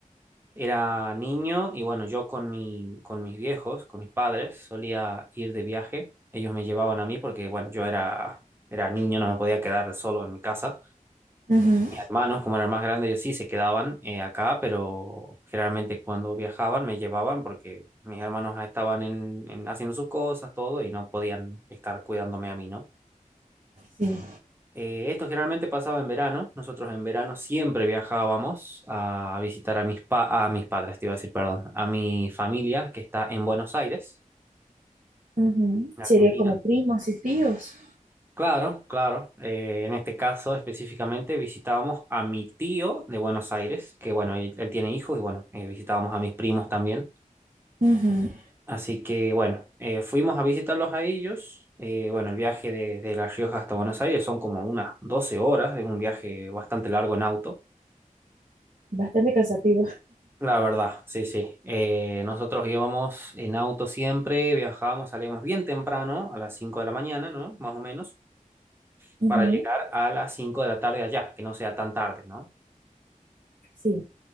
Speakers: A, on the right; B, on the right.
A: Era niño y bueno, yo con mi, con mis viejos, con mis padres, solía ir de viaje. Ellos me llevaban a mí porque, bueno, yo era, era niño, no me podía quedar solo en mi casa.
B: Ujú,
A: Mis hermanos, como eran más grandes, ellos sí se quedaban eh, acá, pero generalmente cuando viajaban me llevaban porque mis hermanos estaban en, en- haciendo sus cosas, todo, y no podían estar cuidándome a mí, ¿no?
B: Sí.
A: Eh, esto generalmente pasaba en verano. Nosotros en verano siempre viajábamos a visitar a mis, pa- a mis padres, te iba a decir, perdón, a mi familia que está en Buenos Aires,
B: Ujú,
A: en
B: Sería
A: Argentina.
B: como primos y tíos.
A: Claro, claro. Eh, en este caso específicamente visitábamos a mi tío de Buenos Aires, que bueno, él, él tiene hijos y bueno, eh, visitábamos a mis primos también.
B: Ujú,
A: Así que bueno, eh, fuimos a visitarlos a ellos. Eh, bueno, el viaje de, de La Rioja hasta Buenos Aires son como unas 12 horas, es un viaje bastante largo en auto.
B: Bastante cansativo.
A: La verdad, sí, sí. Eh, nosotros íbamos en auto siempre, viajábamos, salíamos bien temprano, a las 5 de la mañana, ¿no? Más o menos,
B: Ujú,
A: para llegar a las 5 de la tarde allá, que no sea tan tarde, ¿no?
B: Sí,